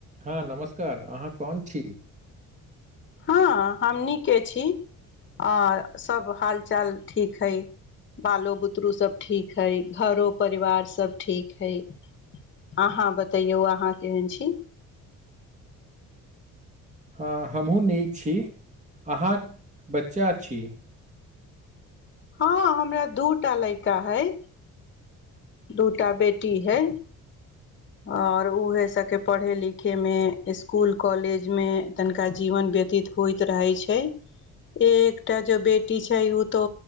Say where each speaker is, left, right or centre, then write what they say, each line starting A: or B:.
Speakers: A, on the right; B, on the left.
A: हँ नमस्कार, अहाँ कौन थी?
B: हँ हम नीके छी आर सभ हाल चाल ठीक हइ बालो बुतरु सब ठीक है घरो परिवार सभ ठीक हइ आहाँ बतै आहाँ केहन छी
A: हँ हमहूँ नीक छी अहाँक बच्चा छी
B: हँ हमरा दूटा लैका हइ दूटा बेटी है आ ओहि सभके पढ़ाइ-लिखाइमे, स्कूल-कॉलेजमे तनिका जीवन व्यतीत होइत रहै छै
A: <inaudible>
B: एऽकटा जो बेटी छै ओ तो